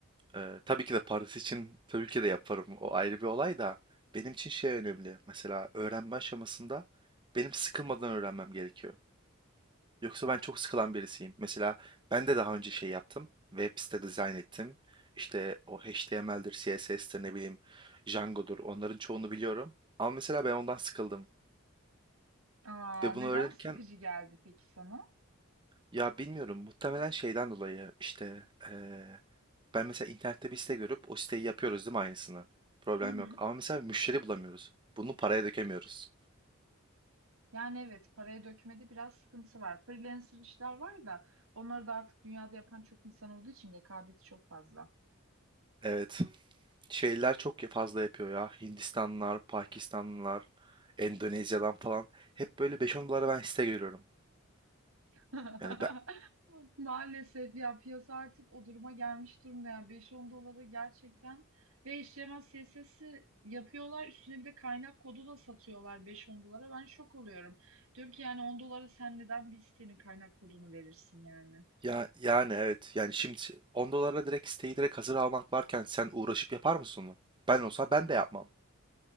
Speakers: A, on the right (about 20°); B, on the right (about 75°).
A: Ee, tabii ki de Paris için tabii ki de yaparım. O ayrı bir olay da benim için şey önemli. Mesela öğrenme aşamasında benim sıkılmadan öğrenmem gerekiyor. Yoksa ben çok sıkılan birisiyim. Mesela ben de daha önce şey yaptım. Web site dizayn ettim. İşte o HTML'dir, CSS'tir ne bileyim Django'dur. Onların çoğunu biliyorum. Ama mesela ben ondan sıkıldım.
B: Aa,
A: Ve
B: neden
A: bunu öğrenirken
B: sıkıcı geldi peki sana?
A: ya bilmiyorum muhtemelen şeyden dolayı işte eee Ben mesela internette bir site görüp o siteyi yapıyoruz değil mi aynısını? Problem
B: Hı hı.
A: yok. Ama mesela müşteri bulamıyoruz. Bunu paraya dökemiyoruz.
B: Yani evet paraya dökmede biraz sıkıntısı var. Freelancer işler var da onları da artık dünyada yapan çok insan olduğu için rekabeti çok fazla.
A: Evet. Şeyler çok ya- fazla yapıyor ya. Hindistanlılar, Pakistanlılar, Endonezya'dan falan. Hep böyle beş 10 dolara ben site görüyorum.
B: <laughs>
A: Yani ben,
B: Maalesef ya piyasa artık o duruma gelmiş durumda ya beş on dolara gerçekten ve eşleşmez CSS'i yapıyorlar üstüne bir de kaynak kodu da satıyorlar beş on dolara ben şok oluyorum. Diyorum ki yani 10 dolara sen neden biz senin kaynak kodunu verirsin yani.
A: ya, yani evet. Yani şimdi 10 dolara direkt siteyi direkt hazır almak varken sen uğraşıp yapar mısın onu? Ben olsa ben de yapmam.